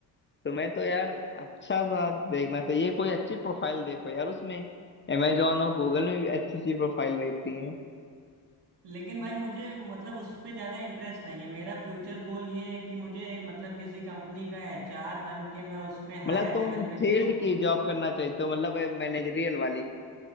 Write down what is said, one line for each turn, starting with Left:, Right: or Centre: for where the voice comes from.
Left: तुम्हें तो यार अच्छा सा देखना चाहिए कोई अच्छी प्रोफाइल देखो यार उसमें अमेजोन और गूगल में भी अच्छी अच्छी प्रोफाइल रहती है
Right: लेकिन भाई मुझे मतलब उस पे ज़्यादा इंटरेस्ट नहीं है मेरा फ्यूचर गोल ये है कि मुझे मतलब किसी कंपनी का एचआर बन के मैं उसमें
Left: मतलब
Right: हायर
Left: तुम
Right: लेवल पे जाऊँ
Left: फील्ड की जॉब करना चाहते हो मतलब मैनेजरियल वाली